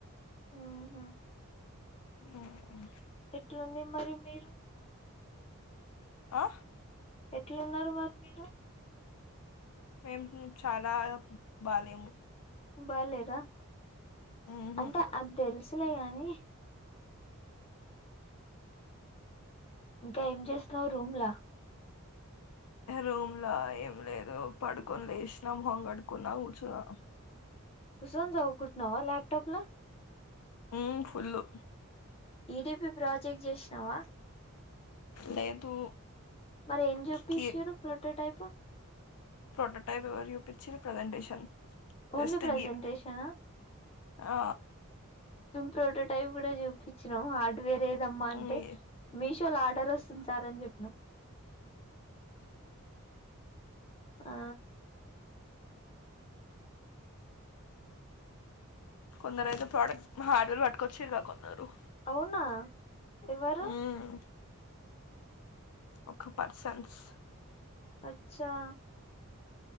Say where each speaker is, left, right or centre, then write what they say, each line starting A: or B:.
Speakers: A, on the left (about 25°); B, on the left (about 85°).
A: ఆహ
B: హమ్
A: ఎట్లుంది మరి మీరు
B: ఆ
A: ఎట్లు ఉన్నారు మరి మీరు
B: మేము చాలా బాలేము
A: బా లేర
B: మ్మ్ హ్మ్
A: అంటే అది తెలుస్ ఉన్నీలే కానీ ఇంకా ఏం చేస్తావ్ రూమ్ లా
B: రూమ్లా ఏం లేదు పడుకొని లేసినాం హంగడుకున్నా కూర్చునా
A: కుసోన్ చదువుకుంటున్నావ్ లాప్టాప్ లో
B: హమ్ ఫుల్లు
A: ఈడీపి ప్రాజెక్ట్ చేసినావా
B: లేదు
A: మరి ఏం చూపిస్తుర్రూ
B: కి
A: ప్రోటోటైప్ బ
B: ప్రోటోటైప్ వివర్ చూపిచ్చుర్రు ప్రజెంటేషన్
A: ఓన్లీ
B: జస్ట్
A: ప్రెసెంటేషనా
B: గి ఆ
A: ప్రొటోటైప్ కూడ చూపించినాము హార్డ్ వేరే ఏదమ్మా అంటే
B: మీ
A: విష్ చ ఆర్డర్ వస్తుంది సార్ అన్ చొప్నం ఆ
B: కొందరు అయితే ప్రోడక్ట్ హార్డ్వేర్ పట్టుకొచ్చారు కా కొన్నారు
A: అవునా ఎవరు
B: హమ్ ఒక పర్సన్స్
A: అచ్చా